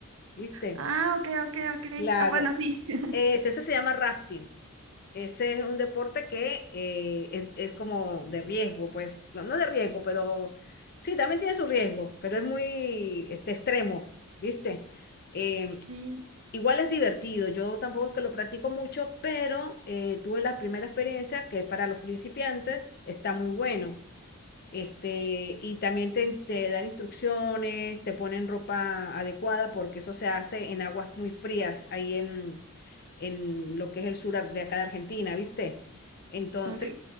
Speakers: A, on the left; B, on the right.
A: ¿viste?
B: Ah, ok, ok, ok.
A: Claro,
B: Ah, bueno, sí. <laughs>
A: es- ese se llama rafting, ese es un deporte que eh, es, es como de riesgo, pues, no, no de riesgo, pero sí, también tiene su riesgo, pero es muy este, extremo, ¿viste? Em,
B: Sí,
A: Igual es divertido, yo tampoco es que lo practico mucho, pero eh, tuve la primera experiencia que para los principiantes está muy bueno. Este, y también te, te dan instrucciones, te ponen ropa adecuada, porque eso se hace en aguas muy frías, ahí en, en lo que es el sur ar- de acá de Argentina, ¿viste? Entonces,
B: ok.